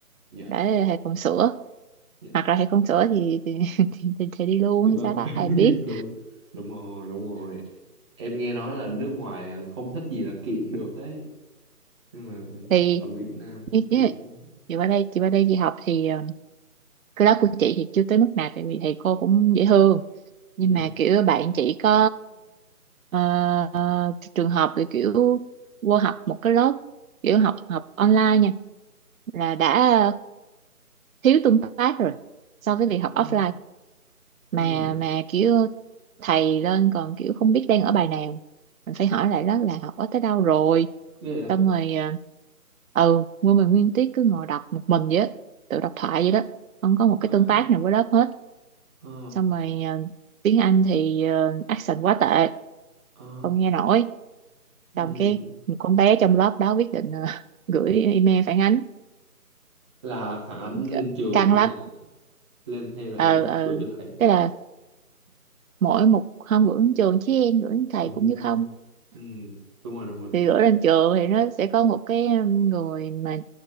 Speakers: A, on the right; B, on the right.
A: dạ
B: để
A: dạ
B: thầy còn sửa
A: dạ.
B: hoặc là thầy không sửa thì thì, <laughs> thì, thì, thì đi luôn
A: Thì
B: hay
A: bà-
B: sao đó
A: <laughs>
B: ai biết
A: đúng đúng rồi đúng rồi em nghe nói là nước ngoài không thích gì là kiện được đấy nhưng mà
B: thì
A: ở Việt Nam
B: như như
A: kiện không thích.
B: chị qua đây chị qua đây chị học thì ờ, cái lớp của chị thì chưa tới mức nào tại vì thầy cô cũng dễ thương nhưng
A: ừ
B: mà kiểu bạn chỉ có ờ, ờ, trường hợp là kiểu vô học một cái lớp kiểu học học online nha là đã thiếu tương tác rồi so với việc
A: ừ
B: học offline mà
A: ừ
B: mà kiểu thầy lên còn kiểu không biết đang ở bài nào mình phải hỏi lại đó là học ở tới đâu rồi
A: ghê vậy
B: xong rồi ờ, ừ nguyên mình nguyên tiết cứ ngồi đọc một mình vậy á tự đọc thoại vậy đó không có một
A: phải
B: cái tương tác nào với lớp hết
A: ờ
B: xong rồi ờ, tiếng Anh thì ờ, accent quá tệ
A: ờ
B: không nghe nổi
A: ừ
B: xong cái một con bé trong lớp đó quyết định ờ, <laughs> gửi email phản ánh
A: là phản ánh lên
B: G-
A: trường
B: căng
A: hay
B: lắm
A: là lên hay là
B: ờ ờ
A: gửi cho thầy
B: tức là mỗi một hôm gửi đến trường chứ em gửi đến thầy
A: ồ
B: cũng như không
A: ừ đúng rồi đúng rồi đúng
B: thì gửi lên trường thì nó sẽ có một cái um, người mà